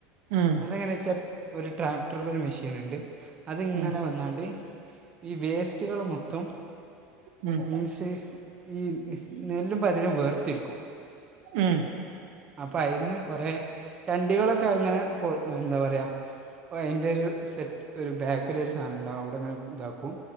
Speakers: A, on the right; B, on the right.
A: ഉം
B: അതെങ്ങനെച്ചാഒരു ട്രാക്ടറില് ഒരു മെഷീൻ ഇണ്ട് അതിങ്ങനെ
A: ഉം
B: വന്നാണ്ട്. ഈ വേസ്റ്റ്കള് മൊത്തം
A: ഉം
B: മീൻസ് ഈ നെല്ലും പതിരും വേർത്തിരിക്കും
A: ഉം
B: അപ്പൊ അയ് ന്ന് കുറേ ചണ്ടികളൊക്കെ അത് ഇങ്ങനെ എന്താ പറയാ അയ് ന്റെ രു സെറ്റ് ഒരു ബാക്കിൽ ഒരു സാധനം ഇ ണ്ടാവും അവിടെങ്ങനെ ഇതാക്കും